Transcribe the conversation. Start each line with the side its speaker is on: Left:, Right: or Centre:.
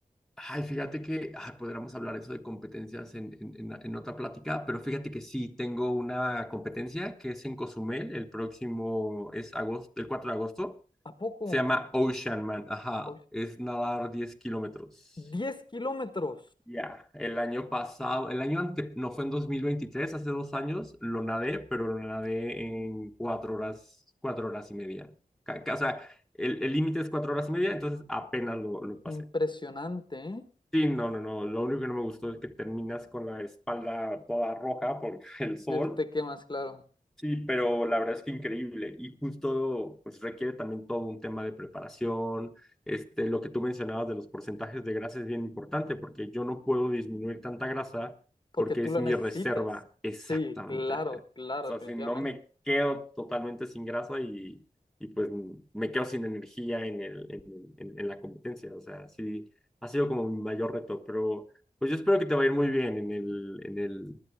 Centre: Ay, fíjate que ay, podríamos hablar eso de competencias en, en- en- en otra plática, pero fíjate que sí, tengo una competencia que es en Cozumel, el próximo es agosto, el 4 de agosto,
Left: ¿A poco?
Centre: se llama Ocean Man, ajá,
Left: Oye,
Centre: es nadar 10 kilómetros.
Left: diez kilómetros.
Centre: Ya, el año pasado, el año ante, no fue en 2023, hace dos años, lo nadé, pero lo nadé en cuatro horas, cuatro horas y media. Ca- ca- O sea, el el límite es cuatro horas y media, entonces apenas lo, lo pasé.
Left: Impresionante, ¿eh?
Centre: Sí, no, no, no, lo único que no me gustó es que terminas con la espalda toda roja por <laughs> el sol
Left: El te quemas, claro,
Centre: Sí, pero la verdad es que increíble y justo pues requiere también todo un tema de preparación, este, lo que tú mencionabas de los porcentajes de grasa es bien importante porque yo no puedo disminuir tanta grasa
Left: porque
Centre: porque
Left: tú
Centre: es
Left: lo
Centre: mi
Left: necesitas.
Centre: reserva exactamente.
Left: Sí, claro, claro,
Centre: O sea,
Left: definitivamente.
Centre: si no me quedo totalmente sin grasa y, y pues me quedo sin energía en el, en, en, en la competencia, o sea, sí, ha sido como mi mayor reto, pero pues yo espero que te va a ir muy bien en el, en el,